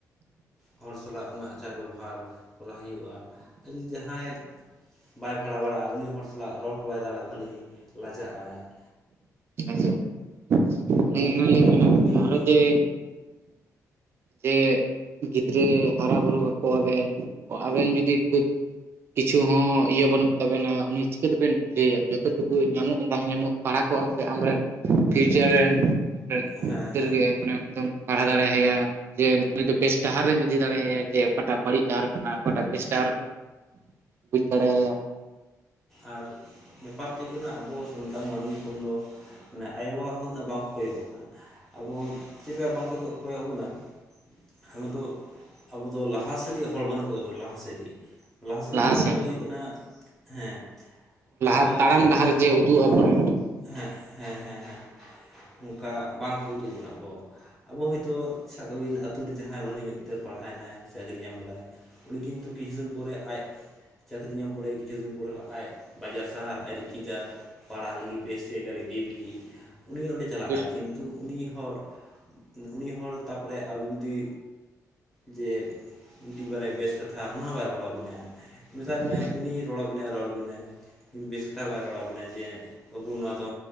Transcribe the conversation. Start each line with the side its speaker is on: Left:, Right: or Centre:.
Centre: ᱦᱚᱲ ᱥᱟᱞᱟᱜ ᱚᱱᱟ ᱟᱪᱟᱨ ᱵᱮᱵᱚᱦᱟᱨ ᱠᱚᱨᱟᱣ ᱦᱩᱭᱩᱜᱼᱟ ᱟᱨ ᱡᱩᱫᱤ ᱡᱟᱦᱟᱸᱭ ᱵᱟᱭ ᱯᱟᱲᱦᱟᱣ ᱵᱟᱲᱟᱜᱼᱟ ᱩᱱᱤ ᱦᱚᱲ ᱥᱟᱞᱟᱜ ᱨᱚᱲ ᱦᱚᱸ ᱵᱟᱭ ᱫᱟᱲᱮᱭᱟᱜᱼᱟ ᱠᱷᱟᱹᱞᱤ ᱞᱟᱡᱟᱜᱼᱟᱭ ᱾
Right: ᱟᱹᱞᱤᱧ <unintelligible>
Centre: ᱟᱹᱵᱤᱱᱼᱟᱜ᱾
Right: ᱜᱷᱟᱨᱚᱸᱡᱽ ᱨᱮ ᱡᱮ ᱜᱤᱫᱽᱨᱟᱹ ᱦᱟᱨᱟ ᱵᱩᱨᱩ ᱠᱟᱠᱚᱣᱟᱵᱮᱱ᱾ ᱟᱵᱮᱱᱡᱩᱫᱤ ᱠᱷ ᱠᱤᱪᱷᱩ ᱦᱚᱸ ᱤᱭᱟᱹ ᱵᱟᱹᱱᱩᱜ ᱛᱟᱵᱮᱱᱟ ᱩᱱᱤ ᱪᱤᱠᱟᱹ ᱛᱮᱵᱮᱱ ᱵᱩᱡᱷᱟᱹᱣᱮᱭᱟ᱾ ᱡᱚᱛᱚ ᱴᱩᱠᱩ ᱧᱟᱢᱚᱜ ᱵᱟᱝ ᱧᱟᱢᱚᱜ ᱯᱟᱲᱦᱟᱣ ᱠᱚᱜᱼᱟᱢ ᱥᱮ ᱟᱢᱨᱮᱱ ᱯᱷᱤᱭᱩᱪᱟᱨ ᱨᱮᱱ ᱟᱢ ᱨᱮᱱ
Centre: ᱦᱮᱸ
Right: ᱜᱤᱫᱽᱟᱹᱨ
Centre: ᱦᱮᱸ
Right: ᱜᱮ ᱢᱟᱱᱮ ᱩᱱᱤ ᱫᱚᱢ ᱯᱟᱲᱦᱟᱣ ᱫᱟᱲᱮ ᱟᱭᱟ, ᱡᱮ ᱱᱩᱭ ᱫᱚ ᱵᱮᱥ ᱰᱟᱦᱟᱨᱮᱢ ᱤᱫᱤ ᱫᱟᱲᱮᱭᱟᱭᱟ ᱡᱮ ᱚᱠᱟᱴᱟᱜ ᱵᱟᱹᱲᱤᱡ ᱰᱟᱦᱟᱨ ᱠᱟᱱᱟ ᱚᱠᱟᱴᱟᱜ ᱵᱮᱥ ᱰᱟᱦᱟᱨ ᱠᱟᱱᱟ ᱵᱩᱡᱽ ᱫᱟᱲᱮᱭᱟᱭ᱾
Centre: ᱟᱨ ᱵᱮᱯᱟᱨ ᱛᱮᱫ ᱠᱟᱱᱟ ᱟᱵᱚ ᱥᱟᱱᱛᱟᱲ ᱢᱟᱹᱱᱢᱤ ᱠᱚᱫᱚ ᱢᱟᱱᱮ ᱟᱭᱳᱼᱵᱟᱵᱟ ᱦᱚᱸ ᱩᱱᱟᱹᱜ ᱵᱟᱝᱠᱚ ᱠᱚᱭᱚᱜ ᱵᱚᱱᱟ᱾ ᱟᱵᱚ ᱪᱮᱫ ᱞᱮᱠᱟ ᱵᱟᱝ ᱠᱚ ᱠᱚᱭᱚᱜ ᱟᱵᱚᱱᱟ᱾ ᱟᱵᱚ ᱫᱚ, ᱟᱵᱚ ᱫᱚ ᱞᱟᱦᱟᱥᱮᱫ ᱤᱫᱤ ᱦᱚᱲ ᱵᱟᱹᱱᱩᱜ ᱠᱚᱛᱟᱵᱚᱱᱟ ᱞᱟᱦᱟᱥᱮᱫ ᱤᱫᱤ᱾ ᱞᱟᱦᱟᱥᱮᱫ
Right: ᱞᱟᱦᱟ
Centre: ᱢᱚᱛᱞᱚᱵ
Right: ᱥᱮᱱ
Centre: ᱫᱚ ᱦᱩᱭᱩᱜ ᱠᱟᱱᱟ ᱦᱮᱸ
Right: ᱞᱟᱦᱟ
Centre: ᱟᱵᱚ
Right: ᱛᱟᱲᱟᱢ
Centre: ᱚᱱᱮ
Right: ᱰᱟᱦᱟᱨ
Centre: ᱩᱱᱟᱹᱜ
Right: ᱡᱮ
Centre: ᱦᱚᱜ
Right: ᱩᱫᱩᱜ ᱟᱵᱚᱱᱟ
Centre: ᱦᱮᱸ, ᱦᱮᱸ, ᱦᱮᱸ, ᱦᱮᱸ ᱚᱱᱠᱟ ᱵᱟᱝᱠᱚ ᱩᱫᱩᱜ ᱵᱚᱱᱟ ᱟᱵᱚ ᱾ ᱟᱵᱚ ᱦᱚᱭᱛᱳ ᱥᱟᱵ ᱠᱟᱜᱵᱤᱱ ᱟᱛᱳ ᱨᱮ ᱡᱟᱦᱟᱸᱭ ᱵᱷᱟᱹᱞᱤ ᱧᱚᱜ ᱜᱤᱫᱽᱨᱟᱹ ᱯᱟᱲᱦᱟᱣᱮᱱᱟᱭ ᱪᱟᱹᱠᱨᱤ ᱧᱟᱢᱫᱟᱭ ᱾ ᱩᱱᱤ ᱠᱤᱱᱛᱩ ᱠᱤᱪᱷᱩ ᱫᱤᱱ ᱯᱚᱨᱮ ᱟᱡ ᱪᱟᱹᱠᱨᱤ ᱧᱟᱢ ᱯᱚᱨᱮ ᱠᱤᱪᱷᱩ ᱫᱤᱱ ᱯᱚᱨᱮ ᱦᱚᱸ ᱟᱡ ᱵᱟᱡᱟᱨ ᱥᱟᱦᱟᱨ ᱟᱨᱮ ᱪᱤᱫᱟᱹᱨ ᱯᱟᱲᱦᱟᱜ ᱞᱟᱹᱜᱤᱫ ᱵᱮᱥ ᱡᱟᱭᱜᱟᱨᱮ ᱤᱫᱤ ᱞᱟᱹᱜᱤᱫ ᱩᱱᱤ ᱚᱸᱰᱮ ᱪᱟᱞᱟᱜᱼᱟᱭ
Right: ᱚᱵᱚᱥᱥᱳᱭ᱾
Centre: ᱠᱤᱱᱛᱩ ᱩᱱᱤ ᱦᱚᱲ, ᱩᱱᱤ ᱦᱚᱲ ᱛᱟᱨᱯᱚᱨᱮ ᱟᱵᱮᱱ ᱡᱩᱫᱤ, ᱡᱮ ᱢᱤᱫᱤᱡ ᱵᱟᱨᱭᱟ ᱵᱮᱥ ᱠᱟᱛᱷᱟ ᱚᱱᱟ ᱦᱚᱸ ᱵᱟᱭ ᱨᱚᱲ ᱟᱵᱤᱱᱟᱭ, ᱢᱮᱛᱟ ᱵᱤᱱᱟᱭ
Right: ᱦᱮᱸ
Centre: ᱮᱢᱱᱤ ᱨᱚᱲ ᱟᱵᱤᱱᱟᱭ ᱨᱚᱲ ᱟᱵᱤᱱᱟᱭ᱾ ᱠᱤᱱᱛᱩ ᱵᱮᱥᱛᱟ ᱵᱮᱥᱴᱟ ᱵᱟᱭ ᱨᱚᱲ ᱟᱵᱤᱱᱟ ᱡᱮ ᱵᱟᱹᱵᱩ ᱱᱚᱣᱟ ᱫᱚ